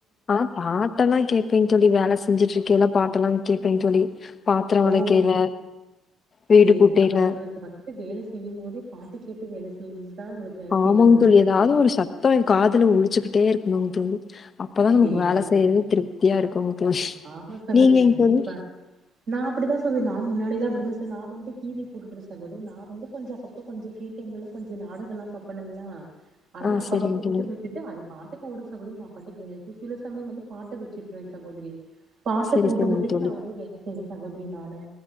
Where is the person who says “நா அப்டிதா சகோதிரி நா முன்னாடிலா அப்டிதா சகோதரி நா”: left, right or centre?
Right